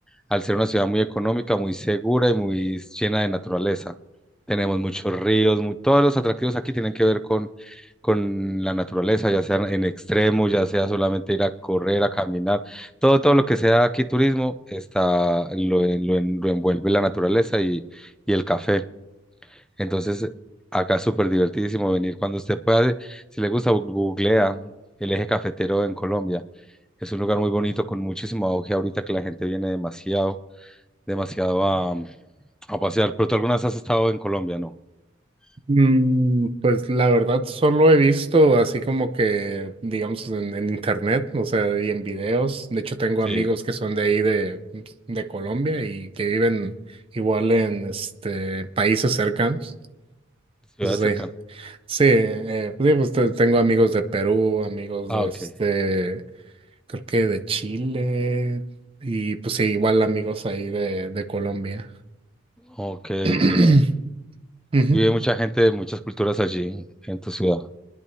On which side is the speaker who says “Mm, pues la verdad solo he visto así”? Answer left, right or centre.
Right